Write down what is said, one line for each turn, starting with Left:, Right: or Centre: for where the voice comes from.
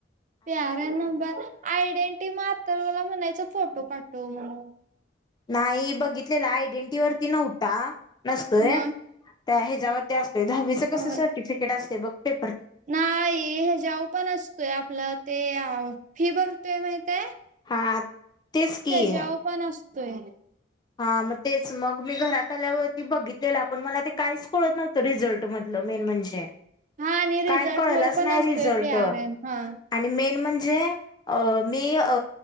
Right: पिआर एन नंबर, आयडेंटी म आतर्व ला म्हणायचं फोटो पाठव म्हणून.
Left: नाही, बघितलेला,, आयडेंटिटी वरती नव्हता नसतोय,,
Right: मग
Left: त्या ह्याच्यावरती असतोय, दहावीचं कसं
Right: अह,
Left: सर्टिफिकेट असतय बघ,, त्य
Right: नाही,, हेजाव पण असतोय, आपलं ते अ फी भरतोय माहितय
Left: हा तेच की
Right: त्यज्याव पण असतोय.
Left: हा मग तेच, मग मी घरात आल्यावरती बघितलेला, पण मला ते काहीच कळत नव्ह रिझल्ट मधलं मेन म्हणजे,,
Right: हा आणि रिझल्ट
Left: काय कळलाच
Right: वर पण
Left: नाही
Right: असतोय
Left: रिझल्ट
Right: पी आर एन हा
Left: आणि मेन म्हणजे अ मी अ,